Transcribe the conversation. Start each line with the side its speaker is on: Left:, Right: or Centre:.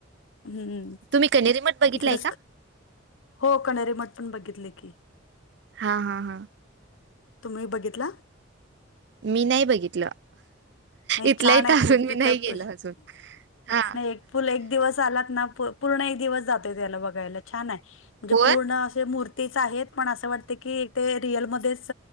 Left: हम्म.
Right: तुम्ही कनेरी मठ बघितलाय
Left: इकडं
Right: का?
Left: हो कनेरीे मठ पण बघितले की,
Right: हा हा हा
Left: तुम्ही बघितला
Right: मी नाही बघितलं
Left: नाही
Right: इथल्या
Left: छान
Right: इथं
Left: आहे खूप
Right: अजून मी
Left: तिथं
Right: नाही गेलो
Left: प
Right: अजून हा
Left: नाही एक फुल एक दिवस आलात ना पूर्ण एक दिवस जातोय त्याला बघायला छान हाय म्हणजे
Right: होय
Left: पूर्ण असे मूर् तेच आहेत पण असं वाटत की ते रिअल मध्येच